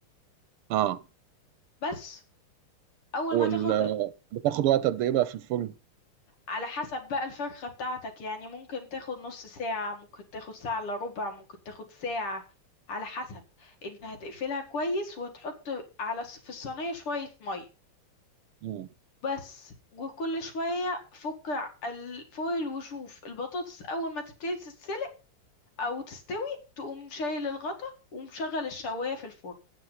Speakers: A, on the right; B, on the left.
A: آه
B: بس أول
A: وال
B: ما تاخد
A: بتاخد وقت قد إيه بقى في الفرن؟
B: على حسب بقى الفرخة بتاعتك يعني ممكن تاخد نص ساعة ممكن تاخد ساعة إلا ربع ممكن تاخد ساعة على حسب انت هتقفلها كويس وتحط على الص- في الصينية شوية مية
A: امم
B: بس وكل شوية فك الفويل وشوف البطاطس أول ما تبتدي تتسلق أو تستوي تقوم شايل الغطا ومشغل الشواية في الفرن